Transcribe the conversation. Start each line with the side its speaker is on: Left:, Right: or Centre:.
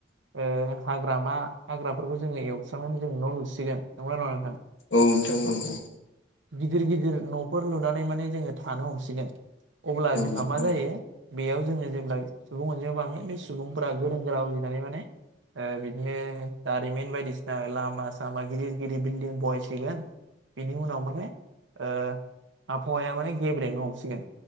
Right: ओ हाग्रा मा हाग्राफोरखौ जोङो एवस्रांनानै जोंङो न' लुसिगोन नंना नङा नोंथां
Left: औ नोंथां औ
Right: गिदिर गिदिर न'फोर लुनानै माने जोङो थानो हमसिगोन अब्ला
Left: औ
Right: जोंहा
Left: नोंथां
Right: मा जायो
Left: औ नोंथां
Right: बेयाव जोङो जेब्ला सुबुं अनजिमायाव बङो बे सुबुंफ्रा गोरों गोरा उजिनानै माने बिदिनो जारिमिन बायदिसिना लामा सामा गिदिर गिदिर बिल्डिं बहायसिगोन। बिनि उनाव माने ओ आबहावाया माने गेब्रेंनो हमसिगोन।